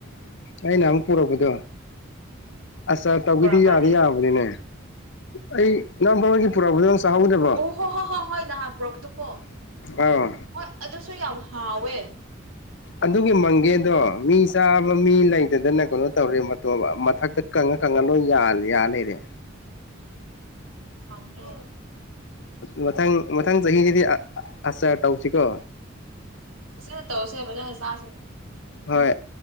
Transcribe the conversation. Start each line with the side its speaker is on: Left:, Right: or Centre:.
Left: ꯑꯩꯅ ꯑꯃꯨꯛ ꯄꯨꯔꯛꯄꯗꯣ ꯑꯁ ꯇꯧꯤꯗꯤ
Right: ꯄꯨꯔꯛꯄ꯭ꯔꯥꯅꯦ
Left: ꯌꯥꯗꯤ ꯌꯥꯕꯅꯤꯅꯦ ꯑꯩ ꯌꯥꯝꯝ ꯄꯃꯦꯒꯤ ꯄꯨꯔꯥ ꯄꯨꯖ ꯆꯥꯍꯧꯗꯕꯣ
Right: ꯑꯣ ꯍꯣ ꯍꯣ ꯍꯣꯏ ꯍꯣꯏ ꯅꯍꯥꯟ ꯄꯨꯔꯛꯄꯗꯨꯀꯣ
Left: ꯑꯥ
Right: ꯍꯣꯏ ꯑꯗꯨꯁꯨ ꯌꯥꯝ ꯍꯥꯎꯋꯦ
Left: ꯑꯗꯨꯒꯤ ꯃꯪꯒꯦꯗꯣ ꯃꯤ ꯆꯥꯕ ꯃꯤ ꯂꯩꯇꯗꯅ ꯀꯩꯅꯣ ꯇꯧꯔꯦ ꯃꯊꯛꯇ ꯀꯉꯣ ꯀꯪꯍꯜꯂꯣꯏ ꯌꯥ ꯌꯥ ꯂꯩꯔꯦ
Right: ꯀꯃꯔꯤ
Left: ꯃꯊꯪ ꯃꯊꯪ ꯆꯍꯤꯁꯤꯗꯤ ꯑꯆꯥꯔ ꯇꯧꯁꯤꯀꯣ
Right: ꯑꯁꯦꯅꯦ ꯇꯧꯁꯦꯕꯖ ꯁꯥꯁꯤꯅꯦ
Left: ꯍꯣꯏ